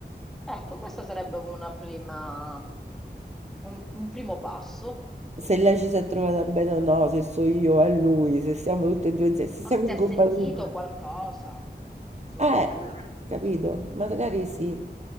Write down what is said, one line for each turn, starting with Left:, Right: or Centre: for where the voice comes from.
Centre: Ecco, questo sarebbe una prima, un, un primo passo.
Right: Se lei ci si è trovata bene o no, se so io, è lui, se siamo tutte e due insieme, se siamo
Centre: O se
Right: incompatibili.
Centre: ha sentito qualcosa su
Right: Eh,
Centre: di lui.
Right: capito? Magari sì.